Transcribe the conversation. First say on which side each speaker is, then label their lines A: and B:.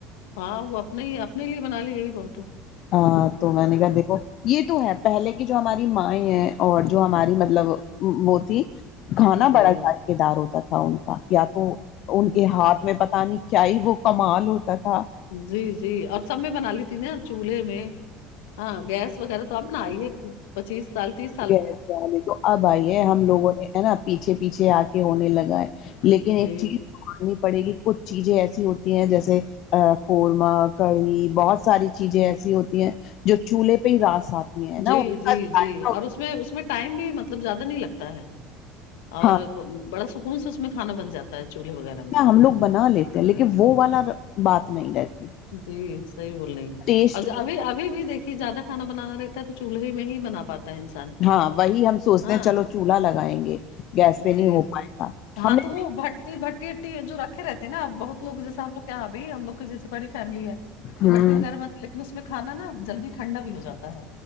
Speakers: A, on the left; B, on the left.
A: ہاں وہ اپنے ہی اپنے لیے بنا لیے یہی بہت ہے
B: ہاں تو میں نے کہ دیکھو یہ تو ہے پہلے کی جو ہماری مائیں ہیں اور جو ہماری مطلب وہ تھی کھانا
A: جی
B: بڑا ذائقے دار ہوتا تھا ان کا یا تو ان کے ہاتھ میں پتہ نہیں کیا ہی وہ کمال ہوتا تھا
A: جی جی اور سب میں بنا لی تھی نا چولہے میں ہاں گیس وغیرہ تو آپ بناائی اے پچیس سال تیس
B: گیس جے تو اب آئیے ہم
A: ہوں
B: لوگوں نے ہے نا پیچھے پیچھے آ کے ہونے لگا ہے لیکن
A: جی
B: ایک چیز ماننی پڑے گی کچھ چیزیں ایسی ہوتی ہیں جیسے ا قورمہ کڑھی بہت ساری چیزیں ایسی ہوتی ہیں جو چولہے پہ ہی راس آتی ہیں نا
A: جی
B: ان
A: جی
B: کا
A: جی
B: ذائقہ
A: اور اس میں اس میں ٹائم بھی مطلب زیادہ نہیں لگتا ہے اور
B: ہاں
A: بڑا سکون سے اس میں کھانا بن جاتا ہے چولہے وغیرہ میں
B: ہم لوگ بنا لے لیکن وہ والا بات نہیں رہتی
A: جی صحیح بول رہے ہیں
B: ٹیسٹ
A: ابھی ابھی بھی دیکھیے زیادہ کھانا بنانا رہتا ہے تو چولہے میں ہی بنا پاتا ہے انسان
B: ہاں وہی ہم سوچتے
A: ہاں
B: ہیں چلو چولہا لگائیں گے گیس پہ
A: جی
B: نہیں ہو پائے گا
A: ہاں
B: ہم نے
A: تو وہ بھٹی بھٹی اٹی جو رکھے رہتے ہیں نا بہت لوگ جیس ہم لوگ یہاں بھی ہم لوگ جیے بڑی فیملی ہے تو
B: ہ
A: بٹی وغیرہ میں لیکن اس میں کھانا نا جلدی ٹھنڈا بھی ہو جاتا ہے